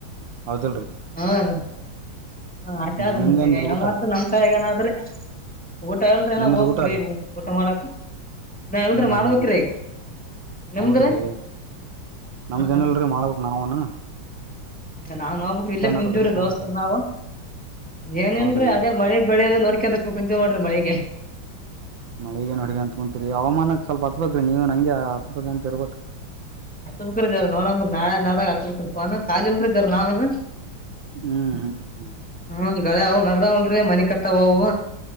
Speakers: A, on the right; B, in the centre.
A: ಹೌದಲ್ರಿ
B: ಹ ಹ ಆಚೆ ಅ ಆದ
A: ನಿಮ್ದೇನ್ರಿ
B: ಮತ್ತೆ ಯಾವ
A: ಊಟ
B: ಮಾಡ್ತ ನಮ್ಸಾಯಗನಾದ್ರೆ ಊಟ ಇಲ್ರಿ ಅಣ್ಣ
A: ನಿಮ್ದ್
B: ಹೋಗ್ಬೇಕ್ರೀ
A: ಊಟ ರೀ
B: ಊಟ ಮಾಡಾಕ ಇಲ್ರಿ
A: ಹ್ಮ್
B: ಮಾಡ್ಬೇಕ್ರಿ
A: ಹ್ಮ್
B: ನಿಮ್ದ್ರಿ
A: ಹೌದ್ರಿ ನಮ್ದೇನಲ್ರಿ
B: ಹ್ಮ
A: ಮಾಡ್ಬೇಕು ನಾವುನು
B: ನಾವುನು ಹೋಗ್ಬೇಕು ರೀ ಇಲ್ಲೇ
A: ನೋಡ್ರಿ
B: ಕುಂತಿವ್ರಿ
A: ಸಮಾಚಾರ
B: ದೋಸ್ತ್ರು ನಾವು ಏನಲ್ರಿ
A: ಹೌದ್ರಿ
B: ಅದೇ ಮಳೆ ಬೆಳೆಯೋದ ನೋಡ್ಕಿ ಅದಕ್ಕೆ ಕುಂತಿವ್ ನೋಡ್ರಿ ಮಳಿಗೆ
A: ಮಳಿಗನ್ ನೋಡ್ಕೊಂತ ಕುಂತೀರಿ ಹವಾಮಾನಕ್ ಸ್ವಲ್ಪ ಹಚ್ಚ್ ಬೇಕ್ರಿ ನೀವು ಹಂಗೆ ಹಚ್ಬಬೇಕ ಅಂತ ಇರ್ಬೇಕ್
B: ಹತ್ ಬುಕ್್ರಿ ಜಾರ ನೋಡಂಬ್ರಿ ನಾಳ ನಾಡ ಹತ್ ಬು್ರಿ ಪ ಖಾಲಿಲ್ರೀ ಜರ ನಾವನ್ೀ <unintelligible>
A: ಹ್ಮ್ ಹ್ಮ್ ಹ್ಮ್
B: ಹ್ಮ ಗಳ ಅವು ನಡ್ದಾವಲ್ರಿ ಮನಿ ಕಟ್ಟಾವ ಅವು